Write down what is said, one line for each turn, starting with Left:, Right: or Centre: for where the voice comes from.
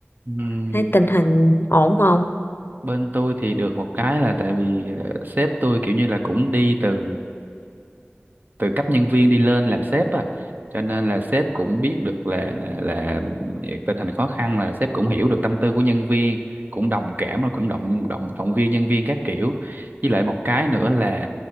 Right: Ừm,
Left: Thấy tình hình ổn không?
Right: bên tôi thì được một cái là tại vì ờ, sếp tôi kiểu như là cũng đi từ từ cấp nhân viên đi lên làm sếp á cho nên là sếp cũng biết được là là là ừ, tình hình khó khăn là sếp cũng hiểu được tâm tư của nhân viên cũng đồng cảm rồi cũng động động động viên nhân viên các kiểu với lại một cái nữa là